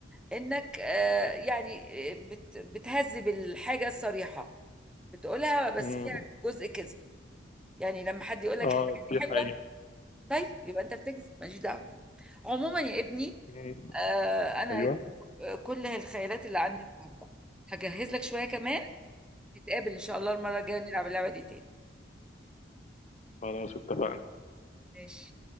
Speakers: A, in the centre; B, on the left.
A: انك آه، يعني آه، بت- بتهذب الحاجة الصريحة بتقولها بس
B: امم
A: فيها جزء كذب يعني لما حد يقول لك
B: اه
A: الحاجة دي
B: دي
A: حلوة
B: حقيقة
A: طيب يبقى انت بتكذب ماليش دعوة عموما يا ابني
B: امم
A: آه، انا
B: ايوه
A: آه، كل الخيالات اللي عندي النهارده هجهز لك شويه كمان نتقابل ان شاء الله المره الجايه نلعب اللعبه دي تاني
B: خلاص اتفقنا
A: ماشي